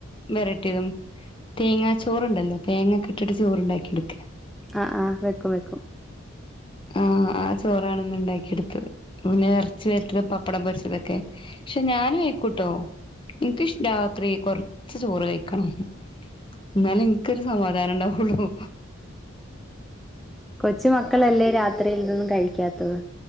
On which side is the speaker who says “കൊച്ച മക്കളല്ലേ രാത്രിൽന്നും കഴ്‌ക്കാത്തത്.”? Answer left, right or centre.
Centre